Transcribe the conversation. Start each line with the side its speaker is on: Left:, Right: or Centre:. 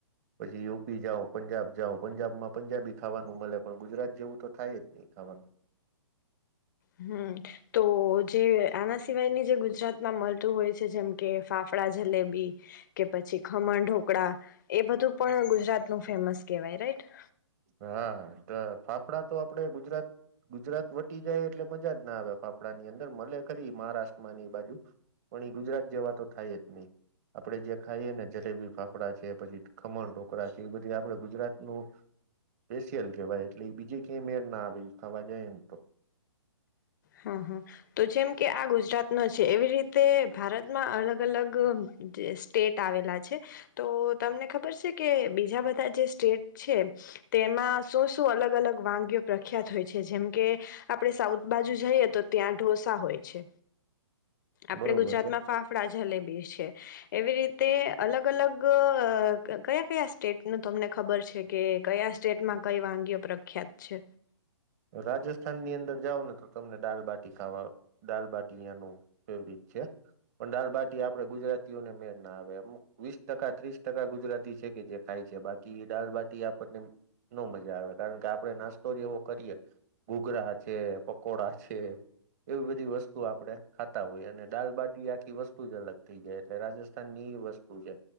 Right: પછી યુપી જાઉં, પંજાબ જાઉં, પંજાબમાં પંજાબી ખાવાનું મળે, પણ ગુજરાત જેવું તો થાયજ નઈ, ખાવાનું.
Left: હમ્મ, તો જે આના સિવાયની જે ગુજરાતમાં મળતું હોય છે, જેમ કે ફાફડા જલેબી કે પછી ખમણ ઢોકળા એ બધું પણ ગુજરાતનું ફેમસ કહેવાય, રાઈટ?
Right: હા, ફાફડા તો આપડે ગુજરાત ગુજરાત વટી જાય એટલે મજાજ ના આવે ફાફડા ની અંદર, મલે ખરી મહારાષ્ટ્રમાં ને એ બાજુ પણ એ ગુજરાત જેવા તો થાયજ નઈ, આપડે જે ખાઈએ ને જલેબી ફાફડા છે, પછી ખમણ ઢોકરા છે, એ બધી આપડ ગુજરાતનું સ્પેશિયલ કહેવાય, એટલે એ બીજી કઈ મેળ ના આવે એ ખાવા જાયને તો.
Left: હા, હા, તો જેમ કે આ ગુજરાતનો છે, એવી રીતે ભારતમાં અલગ અલગ સ્ટેટ આવેલા છે, તો તમને ખબર છે કે બીજા બધા જે સ્ટેટ છે, તેમાં શું શું અલગ અલગ વાનગીઓ પ્રખ્યાત હોય છે, જેમ કે આપડે સાઉથ બાજુ જઈએ તો ત્યાં ઢોસા હોય છે. આપડે
Right: બરોબર
Left: ગુજરાતમાં
Right: છે
Left: ફાફડા જલેબી છે, એવી રીતે અલગ અલગ કયા કયા સ્ટેટનું તમને ખબર છે કે કયા સ્ટેટમાં કઈ વાનગીઓ પ્રખ્યાત છે.
Right: રાજસ્થાનની અંદર જાવ ને તો તમને દાલબાટી ખાવા દાલબાટીનું ફેવરિટ છે, પણ દાલબાટી આપણે ગુજરાતીઓને મેળ ના આવે અમુક વીસ ટકા ત્રીસ ટકા ગુજરાતી છે કે જે ખાય છે બાકી દાલબાટી આપણને, ન મજા આવે કારણ કે આપડે નાસ્તો જેવો કરીએ. ઘૂઘરા છે પકોડા છે, એવી બધી વસ્તુ આપણે ખાતા હોય અને દાલબાટી આખી વસ્તુ જ અલગ થઈ જાય એટલે રાજસ્થાન ની એ વસ્તુ છે,